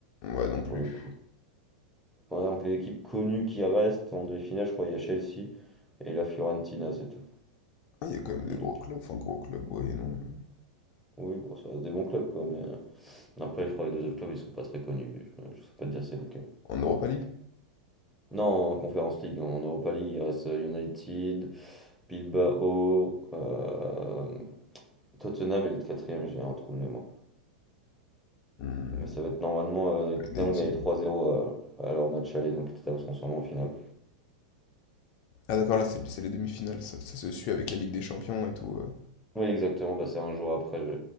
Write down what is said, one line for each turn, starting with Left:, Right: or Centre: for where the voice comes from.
Left: Ouais, non plus.
Centre: pour le coup. Ouais, donc les équipes connues qui restent en demi-finale, je crois il y a Chelsea et la Fiorentina, c'est tout.
Left: Ah, il y a quand même des
Centre: Une
Left: gros
Centre: équipe-
Left: clubs, enfin, gros clubs, ouais et non. mais-
Centre: Oui, bon, ça reste des bons clubs, quoi, mais euh, après, je crois que les deux autres clubs, ils sont pas très connus. Je, je sais pas te dire c'est lequel.
Left: En Europa League?
Centre: Non, en Conférence League, en Europa League, il reste euh, United, Bilbao, euh, Tottenham et le quatrième, j'ai un trou de mémoire.
Left: Hmm.
Centre: Mais ça va être normalement, euh, Tottenham
Left: United.
Centre: ont gagné 3-0 à, à leur match aller, donc Tottenham seront sûrement en finale.
Left: Ah d'accord, là c'est c'est les demi-finales, ça, ça se suit avec la Ligue des Champions et tout. euh.
Centre: Oui, exactement, bah, c'est un jour après. Je...